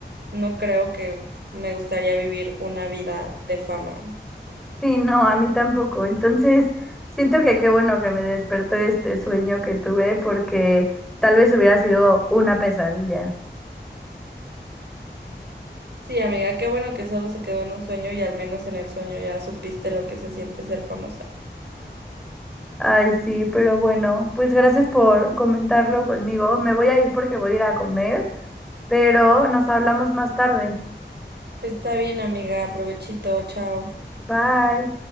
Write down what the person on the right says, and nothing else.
no creo que me gustaría vivir una vida de fama.
Sí, amiga, qué bueno que solo se quedó en un sueño y al menos en el sueño ya supiste lo que se siente ser famosa.
Está bien, amiga, provechito, chao.